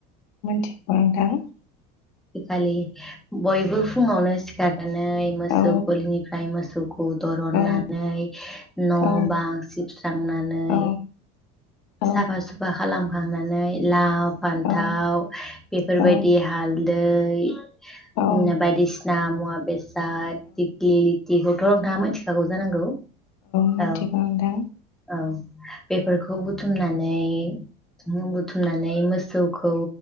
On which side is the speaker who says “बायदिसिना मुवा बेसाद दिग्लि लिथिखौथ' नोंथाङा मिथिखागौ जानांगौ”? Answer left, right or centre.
Centre